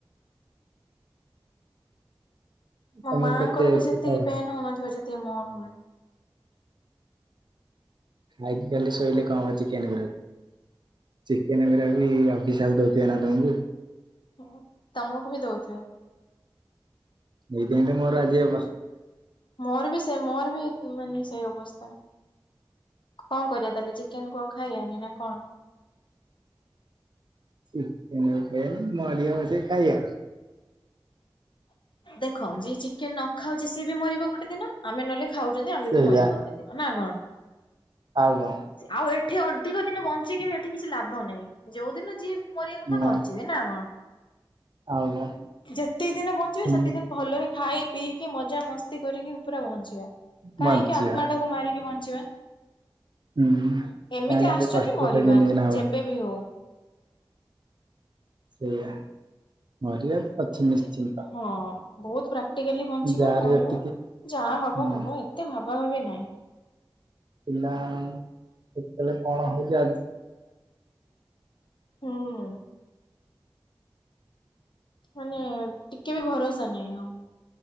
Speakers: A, on the left; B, on the right.
A: ମୋ
B: ତମକୁ
A: ମାଆଙ୍କର
B: କେତେ ଏଜ୍
A: ବି ଯେତିକି
B: କେତେ ହବ?
A: ପେନ୍ ହଉନଥିବ ଯେତିକି ମୋର ହୁଏ।
B: ଖାଇକି ଖାଲି ଶୋଇଲେ କଣ ହବ ଚିକେନ ବିରି ଚିକେନ ବିରିୟାନୀ ଅଭିଶାପ ଦଉଥିବେ ନା ତମକୁ?
A: ହୁଁ ତମକୁ ବି ଦଉଥିବେ।
B: ଏଇଥି ପାଇଁ ତ ଆଜି ଏ ମୋର ଅବ
A: ମୋର ବି ସେ ମୋର ବି ମାନେ ସେଇ ଅବସ୍ଥା। କଣ କରିବା ତାହେଲେ ଚିକେନକୁ ଆଉ ଖାଇବା ନି ନା କଣ?
B: ଚିକେନ ମଲିଆ ବସେଇ ଖାଇବା।
A: ଦେଖ ଯିଏ ଚିକେନ ନ ଖାଉଛି ସିଏ ବି ମରିବ ଗୋଟେ ଦିନ ଆମେ ନହେଲେ ଖାଉଛନ୍ତି ଆମେ
B: ସେଇଆ
A: ବି ମରିବା ଗୋଟେ ଦିନ ନା କଣ?
B: ଆଉ କ
A: ଆଉ ଏଠି ଅଧିକ ଦିନ ବଞ୍ଚିକି ବି ଏଠି କିଛି ଲାଭ ନାହିଁ ଯୋଉଦିନ ଯିଏ ମରିବା କଥା
B: ନା
A: ମରିଯିବେ ନା କଣ?
B: ଆଉ କଣ
A: ଯେତିକି ଦିନ ବଞ୍ଚିବେ
B: ସେମିତି
A: ସେତିକି ଦିନ ଭଲରେ ଖାଇ ପିଇକି ମଜା ମସ୍ତି କରିକି ପୁରା ବଞ୍ଚିବା କାହିଁକି
B: ବଞ୍ଚିବା।
A: ଆତ୍ମା ଟାକୁ ମାରିକି ବଞ୍ଚିବା।
B: ହୁଁ।
A: ଏମିତି
B: କାଇଁ
A: ଆସିଛନ୍ତି
B: ଏତେ କଷ୍ଟରେ
A: ମରିବା
B: କେମିତିକିନା ହବ।
A: ଯେବେ ବି ହଉ।
B: ସେଇଆ ମରିିବା ଅଛି
A: ଏତେ
B: ନିଶ୍ଚିନ୍ତ।
A: ହଁ ବହୁତ ପ୍ରାକ୍ଟିକାଲି ବଞ୍ଚିବା
B: ଯାହାର
A: ମରିବା
B: ଯେତିକି
A: ଯାହା ହବ
B: ହୁଁ
A: ହବ ଏ ଏତେ ଭାବା ଭାବି ନାଇଁ।
B: ପିଲା ହଷ୍ଟେଲେ କଣ ହଉଛି ଆଜି?
A: ହୁଁ। ମାନେ ଟିକେ ବି ଭରସା ନାହିଁ ଆଉ।